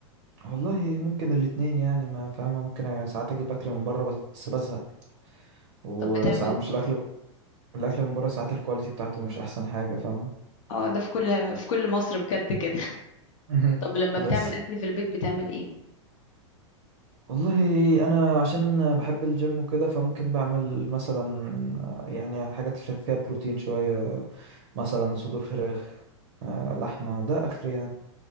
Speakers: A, on the right; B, on the left.
A: والله ممكن الاتنين يعني ما فاهمة ممكن ساعات اجيب اكل من بره بس بزهق وساعات
B: طب بتعمل
A: مش
B: ايه؟
A: الاكل الاكل من بره ساعات الكواليتي بتاعته مش احسن حاجة فاهمة
B: اه ده في كل في كل مصر بجد كده <laughs>
A: <laughs>
B: طب لما
A: بس
B: بتعمل اكل في البيت بتعمل ايه
A: والله انا عشان بحب الجيم وكده فممكن بعمل مثلا يعني حاجات اللي فيها بروتين شوية مثلا صدور فراخ آه، لحمة ده اخري يعني